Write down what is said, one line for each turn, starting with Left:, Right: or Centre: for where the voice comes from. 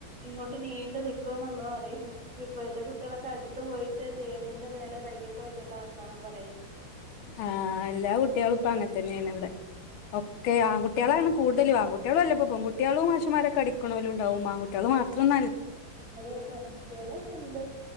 Right: ഇങ്ങോട്ട് നീണ്ടു നിൽക്കുന്നുള്ളതറിയണം ഇപ്പോഴത്തെ കുട്ടി കുട്ടികളൊക്കെ അടുത്ത് പോയിട്ട് ടേബിളിന്റെ മെലെകയ്യൊക്കെ വെച്ചട്ടാ വർത്താനു പറയുന്നത്
Left: ആഹ് എല്ലാ കുട്ടികളും ഇപ്പ അങ്ങെ തന്നെയാണ് ഇവിടെ ഒക്കെ ആൺകുട്ടികളാണ് കൂടുതലും ആൺകുട്ടി പെൺകുട്ടികളും മാശമാരക്കെ അടിക്കണോലും ഉണ്ടാവും ആൺകുട്ടികൾ മാത്ര <unintelligible>
Right: അതെ ഫ്രഡ്സ്കളൊക്കെ ഉണ്ട്